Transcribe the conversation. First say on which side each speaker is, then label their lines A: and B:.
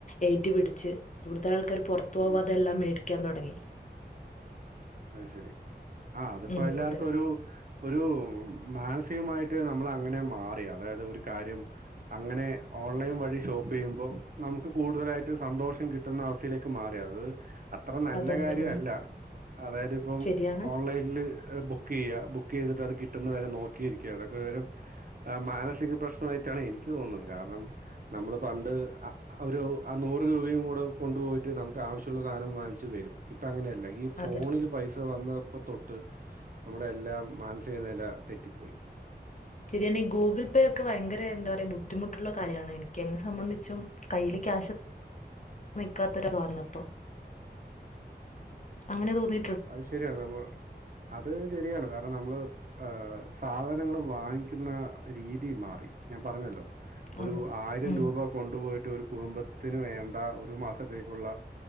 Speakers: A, on the left (about 45°); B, on the right (about 50°).
A: ഏറ്റ് പിടിച്ച് ഇവിടുത്തെ ആൾക്കാര് പുറത്ത് പോവാതെ
B: ഉം
A: എല്ലാം മേടി ക്കാൻ തുടങ്ങി
B: അത് ശരി ആ അതിപ്പോ
A: ഉം
B: എല്ലാർക്കും
A: അതെ.
B: ഒരു ഒരു മാനസികമായിട്ട് നമ്മൾ അങ്ങനെ മാറി അതായത് ഒരു കാര്യം അങ്ങനെ ഓൺലൈന് വഴി ഷോപ്പ് ചെയ്യുമ്പോ നമുക്ക് കൂടുതലായിട്ട് സന്തോഷം കിട്ടുന്ന അവസ്ഥയിലേക്ക് മാറി അത് അത്ര നല്ല
A: അതെ അതെ
B: കാര്യം
A: ഉം
B: അല്ല അതായത് ഇപ്പം
A: ശരിയാണ്.
B: ഓൺലൈനില് ബുക്ക്‌ ബുക്ക് ചെയ്യുക ബുക്ക് ചെയ്തിട്ട് അത് കിട്ടുന്ന വരെ നോക്കിയിരിക്കുക അതൊക്കെ ഒരു തരം മാനസിക പ്രശ്നമായിട്ടാണ് എനിക്ക് തോന്നുന്നത് കാരണം നമ്മള് പണ്ട് അ ഒരു ആ നൂറ് രൂപയും കൂടെ കൊണ്ടുപോയിട്ട് നമുക്ക് ആവശ്യുള്ള സധനം വാങ്ങിച്ച് വരും ഇപ്പം അങ്ങനെയല്ല ഈ ഫോണില്
A: അതെ
B: പൈസ വന്നപ്പോ തൊട്ട് നമ്മുടെ എല്ലാം മാനസിക നില തെറ്റിപ്പോയി
A: ശരിയാണ് ഈ ഗൂഗിൾ പേ ഒക്കെ ഭയങ്കര എന്താ പറയാ ബുദ്ധിമുട്ടുള്ള കാര്യമാണ് എനിക്ക് എന്നെ സംബന്ധിച്ചും കയ്യില് ക്യാഷ് നിക്കാത്തൊരു കാരണപ്പൊ അങ്ങനെ തോന്നി
B: അത് ശരിയാണ് നമ്മള് അത് ശരിയാണ് കാരണം നമ്മള് ആ സാധനങ്ങൾ വാങ്ങിക്കുന്ന രീതിയും മാറി ഞാൻ പറഞ്ഞല്ലോ ഒരു
A: അതെ
B: ആയിരം
A: ഉം
B: രൂപ കൊണ്ടുപോയിട്ട് ഒരു കുടുംബത്തിന് വേണ്ട ഒരു മാസത്തേക്കുള്ള